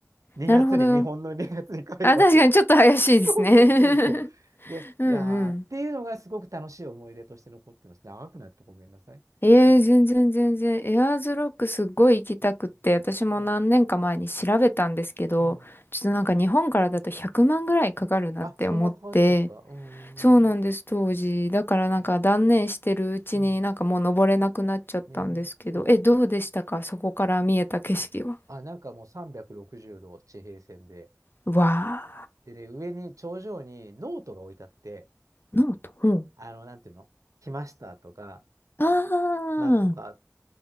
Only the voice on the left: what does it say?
なるほど。
あ、確かにちょっと怪しいですね
<laughs>
うんうん。
ええ全然全然。
エアーズロックすっごい行きたくって、私も何年か前に調べたんですけど、
ちょっとなんか日本からだと100万ぐらいかかるなって思って、
そうなんです、当時。だからなんか断念してるうちになんかもう登れなくなっちゃったんですけど、
え、どうでしたかそこから見えた景色は。
うわ
ーノート。うん。
ああ、